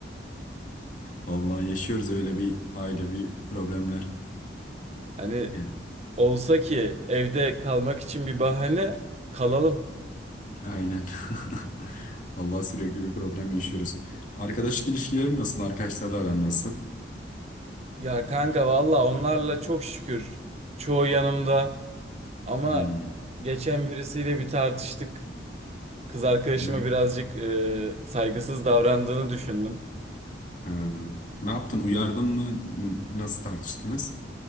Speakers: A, on the left; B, on the right.
A: vallahi yaşıyoruz öyle bir ailevi problemler.
B: Hani
A: diyelim.
B: olsa ki evde kalmak için bir bahane kalalım.
A: Aynen <laughs> vallahi sürekli bir problem yaşıyoruz. Arkadaşlık ilişkilerin nasıl arkadaşlarla aran nasıl?
B: Ya kanka valla onlarla çok şükür. Çoğu yanımda. Ama
A: Hmm.
B: geçen birisiyle bir tartıştık. Kız arkadaşıma
A: <clears throat>
B: birazcık e, saygısız davrandığını düşündüm.
A: Ha. Ne yaptın? Uyardın mı? N- Nasıl tartıştınız?